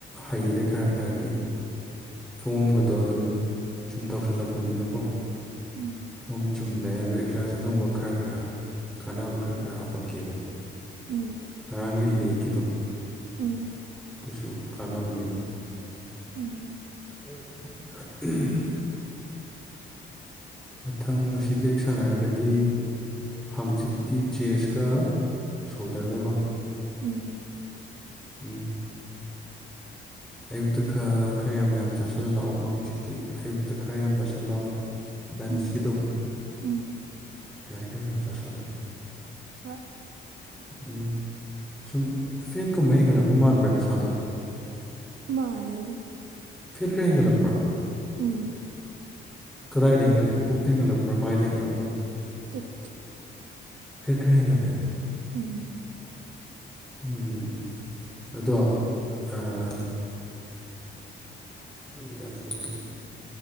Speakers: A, in the centre; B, on the right.
A: ꯍꯩꯔꯦ ꯈꯔ ꯈꯔꯗꯤ ꯐꯣꯝꯒꯗꯣ ꯑꯗꯨꯝ ꯁꯨꯝ ꯇꯧꯁꯜꯂꯛꯄꯅꯤꯅꯀꯣ
B: ꯎꯝ
A: ꯐꯣꯝ ꯆꯨꯝꯃꯦ ꯑꯗꯨꯒ ꯑꯦꯛꯁꯔꯁꯥꯏꯁ ꯑꯅꯧꯕ ꯈꯔ ꯈꯔ ꯀꯥꯟꯅꯕ ꯈꯔ ꯈꯔ ꯍꯥꯞꯄꯛꯀꯦꯕ
B: ꯎꯝ
A: ꯉꯔꯥꯡꯒꯤ ꯂꯦꯛꯀꯤꯗꯣ
B: ꯎꯝ
A: ꯑꯗꯨꯁꯨ ꯀꯥꯟꯅꯕꯅꯦꯕ
B: ꯎꯝ
A: <unintelligible> ꯃꯊꯪ ꯑꯁꯤ ꯕꯦꯛ ꯁꯥꯟꯅꯔꯒꯗꯤ ꯍꯥꯡꯆꯤꯠꯇꯤ ꯆꯦꯁꯀ ꯁꯣꯜꯗꯔꯒꯀꯣ
B: ꯎꯝ
A: ꯎꯝ ꯑꯌꯨꯛꯇ ꯈꯔ ꯈꯔ ꯌꯥꯝ ꯌꯥꯝ ꯆꯥꯁꯤꯜꯂ ꯂꯛꯑꯣꯀꯣ ꯍꯪꯆꯤꯠꯇꯤ ꯑꯌꯨꯛꯇ ꯈꯔ ꯌꯥꯝ ꯆꯥꯁꯜꯂꯣ ꯂꯟꯁꯀꯤꯗꯣ
B: ꯎꯝ ꯎꯝ
A: ꯌꯥꯔꯤꯈꯩ ꯌꯥꯝ ꯆꯥꯥꯁꯜꯂꯣ
B: ꯍꯣꯏ
A: ꯎꯝ ꯁꯨꯝ ꯐꯦꯠꯀꯨꯝꯕ ꯍꯦꯟꯒꯠꯂꯛꯄ ꯃꯥꯟꯕ꯭ꯔꯥ ꯅꯁꯥꯗꯣ
B: ꯃꯥꯔꯦ ꯑꯗꯨꯗꯣ
A: ꯐꯦꯠ ꯈꯔ ꯍꯦꯟꯒꯠꯂꯛꯄꯥ
B: ꯎꯝ
A: ꯀꯗꯥꯗ ꯍꯦꯟꯒꯠꯂꯦ ꯄꯨꯛꯇ ꯍꯦꯟꯒꯠꯂꯛꯄꯥ ꯃꯥꯏꯗ ꯍꯦꯟꯠꯂꯛꯄꯥ
B: ꯄꯨꯛ
A: ꯐꯦꯠ ꯈꯔꯥ ꯍꯦꯟꯒꯠꯔꯛꯑꯦ
B: ꯎꯝ <inaudible>
A: ꯎꯝ ꯑꯗꯣ ꯑꯥ
B: <inaudible>
A: ꯀꯌꯥ ꯁꯨꯕ